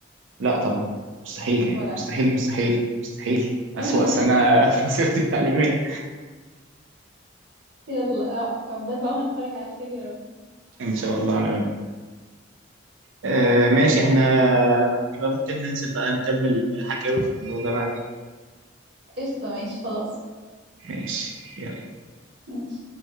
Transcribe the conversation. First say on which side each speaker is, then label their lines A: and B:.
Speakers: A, on the right (about 75°); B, on the right (about 55°).
A: لا طبعا مستحيل يعني
B: ولا
A: مستحيل مستحيل مستحيل
B: وانا
A: أسوأ سنة
B: <laughs>
A: <laughs> في مسيرتي التعليمية
B: يلا آه، عقبال بقى ما نتفرج على خير يا رب
A: إن شاء الله أنا وأنت آه ماشي
B: ماشي
A: إحنا
B: عادي.
A: يبقى ممكن ننزل بقى نكمل حكاوي في الموضوع ده بعدين
B: قشطة ماشي خلاص
A: ماشي يلا
B: ماشي